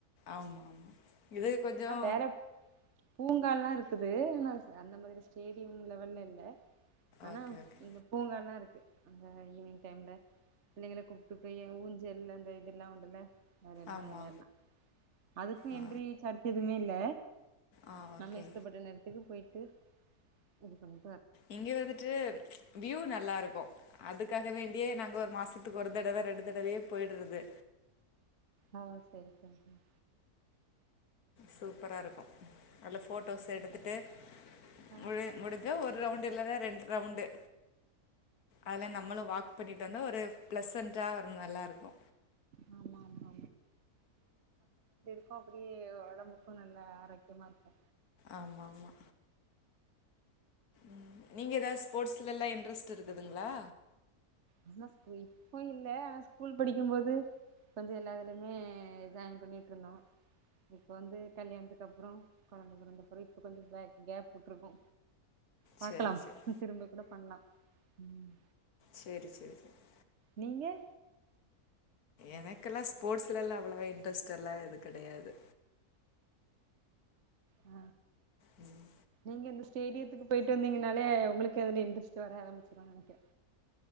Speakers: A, on the left; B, on the right.
A: ஆமா ஆமா இது கொஞ்சோ
B: வேற பூங்கால்லா இருக்குது ஆனா அந்த ஸ் மாதிரி ஸ்டேடியம் லெவல்ல இல்ல ஆனா
A: ஓகே ஓகே
B: இந்த பூங்கால்லா இரு க்கு அந்த ஈவினிங் டைம்ல பிள்ளைங்கள கூப்ட்டு போய ஊஞ்சல்ல அந்த இதெல்லா உண்டுல்ல வேறென்னா
A: ஆமா
B: வெளையாட்லா அதுக்கு
A: ஆ
B: என்ரி ன்னில
A: ஆ ஓகே
B: நம்ம இஷ்டப்பட்ட நேரத்துக்கு போயி ட்டு இது பண்ணி
A: இங்க வந்துட்டு வியூ நல்லாருக்கூ அதுக்காக வேண்டியே நாங்க ஒரு மாசத்துக்கு ஒரு தடவ ரெண்டு தடவயே போயிட்றது
B: ஓ சரி சரி சரி
A: சூப்பராருக்கு நல்ல ஃபோட்டோஸ் எடுத்துட்டு
B: ஆ
A: முலி முடிஞ்சா ஒ ரு ரவுண்டு இல்லென ரெண் ரவுண்டு அதுல நம்மளு வாக் பண்ணிட்டு வந்தா ஒரு ப்ளசன்டா ஒரு நல்லாருக்கு
B: ஆமா ஆமா ப்போ அப்பிடியே ஒடம்புக்கு நல்ல ஆரோக்கியமாருக்கு
A: ஆமாமா ம் நீங்க எதாவ் ஸ்போட்ஸ் லல்லா இன்ட்ரெஸ்ட் இருக்குதுங்ளா
B: ஆனா ஸ் ப்பு இப்போ இல்ல ஆனா ஸ்கூல் படிக்கும் போது கொஞ்சோ எல்லா இதலிமே ஜாயின் பண்ணிட்ருந்தோ இப்ப வந்து கல்யாணத்துக்கு அப்றோ கொழந்த பொறந்தப்புறோ இப்ப கொஞ்சோ பே கேப் உட்ருக்கோ பாக்கலாம்
A: சேரி சேரி
B: திரும்ப கூட பண்லா உம்
A: சேரி சேரி சேரி
B: நீங்க
A: எனக்கெல்லா ஸ்போட்ஸ்லெல்லா அவ்ளவா இன்ட்டெஸ்டெல்லா எது கெடையாது
B: அ
A: உம்
B: நீங்க இந்த ஸ்டேடியத்துக்கு போயிட்டு வந்தீங்கனாலே உங்குளுக்கு அதுலியு இன்டெஸ்ட் வர ஆரம்பிச்சிரு நெனக்கிறே